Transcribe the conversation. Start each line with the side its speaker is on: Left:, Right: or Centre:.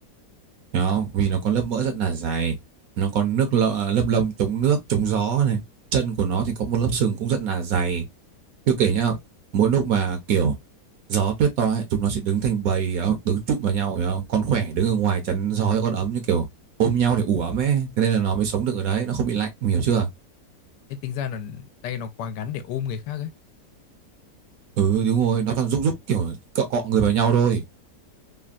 Right: hiểu không? Vì nó có lớp mỡ rất là dày, nó có nước lợ, lớp lông chống nước, chống gió này. Chân của nó thì có một lớp sừng cũng rất là dày. Chưa kể nhá, mỗi lúc mà kiểu gió tuyết to ấy, chúng nó sẽ đứng thành bầy, hiểu không? đứng chụm vào nhau, hiểu không? Con khỏe đứng ở ngoài chắn gió cho con ấm như kiểu ôm nhau để ủ ấm ấy. Thế nên là nó mới sống được ở đấy, nó không bị lạnh, hiểu chưa?
Left: Thế tính ra là tay nó quá ngắn để ôm người khác ấy.
Right: Ừ, đúng rồi, nó toàn rúc rúc kiểu cọ cọ người vào nhau thôi.